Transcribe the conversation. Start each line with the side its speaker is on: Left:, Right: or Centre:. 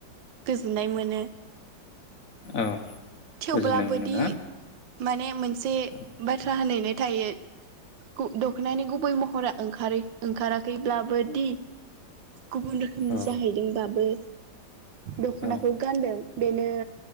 Right: गोजोननाय मोनो।
Left: औ।
Right: थेवब्लाबोदि
Left: गोजोननाय मोनोना?
Right: माने मोन से
Left: औ
Right: बाथ्रा होनायनाय थायो दख'नानि गुबै महरा ओंखारै ओंखाराखैब्लाबो दि गुबुन रोखोमनि
Left: औ
Right: जाहैदोंबाबो दख'नाखौ
Left: औ
Right: गानदों बेनो